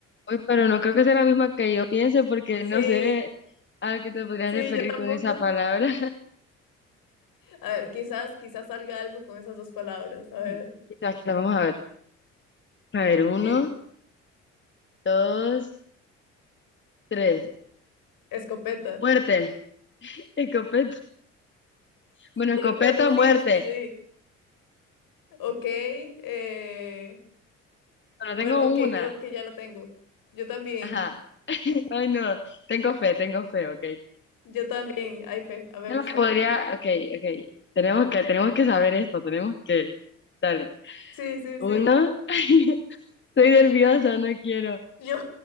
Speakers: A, on the left (about 30°); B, on the left (about 60°).
A: Uy, pero no creo que sea la misma que yo piense porque
B: Sí,
A: no sé a qué te podrías
B: sí,
A: referir
B: yo tampoco.
A: con esa
B: <laughs>
A: palabra.
B: A ver, quizás, quizás salga algo con esas dos palabras. A
A: <laughs>
B: ver,
A: Quizás, quizás, vamos a ver. A ver, uno,
B: ¿qué?
A: dos, tres.
B: Escopeta.
A: Muerte. <laughs> Escopeta. Bueno,
B: <laughs>
A: escopeta,
B: Bueno, sí,
A: muerte.
B: es que yo dije, ok, eh,
A: Bueno,
B: bueno,
A: tengo
B: ok,
A: una.
B: creo que ya lo tengo. Yo también,
A: Ajá. <laughs> Ay, no. Tengo fe, tengo fe, ok. ¿Qué
B: yo también, hay fe, habemos
A: es lo que
B: fe.
A: podría?
B: <laughs>
A: Ok, ok. Tenemos que, tenemos que saber esto, tenemos que. Dale.
B: Sí, sí,
A: Uno.
B: sí.
A: <laughs> Estoy nerviosa, no quiero.
B: Yo,